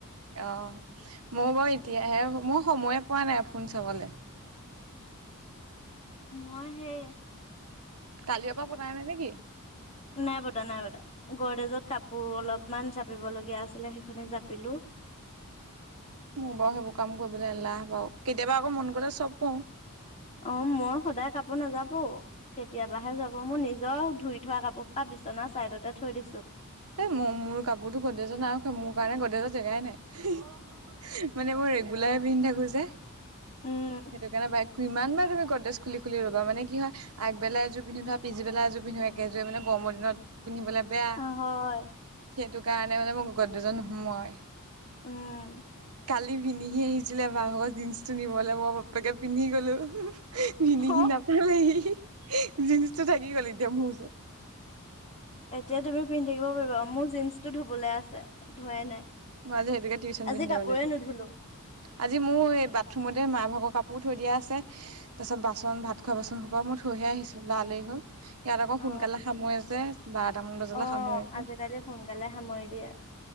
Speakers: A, on the right; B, on the left.
A: অ' মই বাৰু এতিয়াহে মোৰ সময়ে পোৱা নাই ফোন চাবলৈ।
B: মই সেই
A: কালিৰে পৰা পতাই নাই নাই কি?
B: নাই পতা নাই পতা। গডৰেজত কাপোৰ অলপমান জাপিবলগীয়া আছিলে সেইখিনি জাপিলোঁ।
A: মোৰ বাৰু সেইবোৰ কাম কৰিবলৈ এলাহ বাৰু কেতিয়াবা আকৌ মন গ'লে চব কৰোঁ।
B: অ' মই সদায় কাপোৰ নাজাপো। কেতিয়াবাহে জাপোঁ মোৰ নিজৰ ধুই থোৱা কাপোৰ পাত বিচনা চাইডতে থৈ দিছোঁ।
A: এ, ম মোৰ কাপোৰতো গডৰেজত নাৰাখোৱে মোৰ কাৰণে গডৰেজত জেগাই নাই। মানে মই ৰেগুলাৰ পিন্ধি থাকোঁ যে।
B: উম
A: সেইটো কাৰণে বাই কিমান বাৰ তুমি গডৰেজ খুলি খুলি ল'বা মানে কি হয় আগবেলা এযোৰ পিন্ধো ধৰ পিছিবেলাই এযোৰ পিন্ধো একেযোৰা মানে গৰম দিনত পিন্ধিবলৈ <unintelligible>
B: হয়
A: সেইটো কাৰণে মানে মোৰ গডৰেজত নোসোমাৱে।
B: উম।
A: কালি ভিনিহি আহিছিলে বা <unintelligible> জীন্সটো নিবলৈ মই বাপেকে পিন্ধি গ'লো। ভিনি কি
B: অ
A: নাপালেহি, জিন্ছটো থাকি গ'ল এতিয়া মোৰ ওচৰত।
B: এতিয়া তুমি পিন্ধি থাকিব পাৰিবা মোৰ জীন্সটো ধুবলৈ আছে, ধোৱাই নাই।
A: মই আজি সেইটোকে টিউচন
B: আজি
A: পিন্ধি
B: কাপোৰে
A: যাব লাগিব।
B: নুধুলো
A: আজি মোৰ এই বাথৰুমতে মাৰ ভাগৰ কাপোৰ থৈ দিয়া আছে। তাৰ পিছত বাচন ভাত খোৱা বাচন সপা মই থৈহে আহিছোঁ লৰা লৰি হ'ল। ইয়াত আকৌ
B: অ
A: সোনকালে সামৰে যে বাৰটামান বজালে
B: অ
A: সামৰে যে।
B: আজিকালি সোনকালে সামৰি দিয়ে।